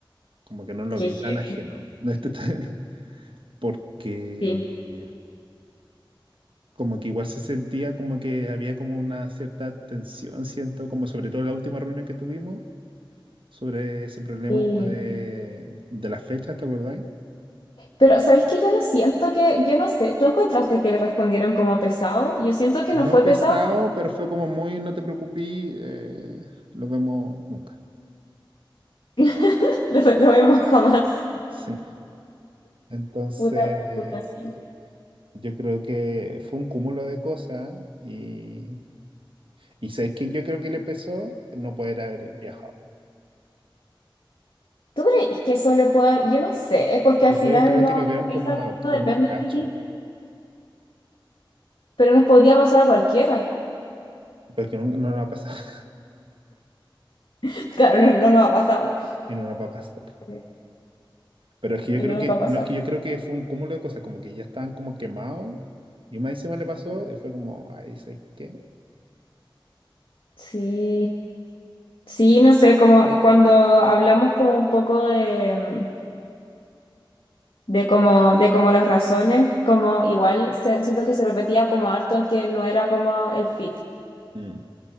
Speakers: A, on the right; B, on the left.
A: como que no lo
B: que
A: vi
B: sí.
A: tan ajeno, <laughs> No, esto está- <laughs> porque
B: sí.
A: eh, como que igual se sentía como que había como una cierta tensión, siento, como sobre todo en la última reunión que tuvimos, sobre ese problema
B: Sí.
A: como de, de las fechas, ¿te acordáis?
B: Pero, ¿sabéis que yo no siento que, yo no sé, ¿tú encontraste que le respondieron como pesado? Yo siento que
A: No
B: no fue
A: pesado,
B: pesado,
A: pero fue como muy, no te preocupes, eh, lo vemos nunca.
B: <laughs> lo, lo vemos jamás.
A: Sí. Entonces,
B: Puta,
A: eh,
B: puta, sí.
A: yo creo que fue un cúmulo de cosas y, y ¿sabes qué? Yo creo que le pesó no poder haber viajado.
B: ¿Tú crees que eso le puede dar? Yo no sé, porque al
A: Y
B: final
A: yo creo
B: no,
A: que lo
B: las
A: vieron
B: visas
A: como,
B: no no
A: como
B: dependen
A: un cacho,
B: de ti, pero nos podría pasar a cualquiera.
A: porque no, no nos va a pasar <laughs>
B: <laughs> Claro, no, no nos ha pasado
A: y no nos va a pasar.
B: eh,
A: Pero es que yo
B: y
A: creo
B: no nos
A: que,
B: va a pasar.
A: no es que yo creo que fue un cúmulo de cosas, como que ya estaban como quemados y más encima le pasó y fue como, ay, ¿sabes qué?
B: Sí, sí, no sé, como y cuando hablamos como un poco de, mm, de como, de como las razones, como igual se- siento que se repetía como harto el que no era como el fit,
A: Mm.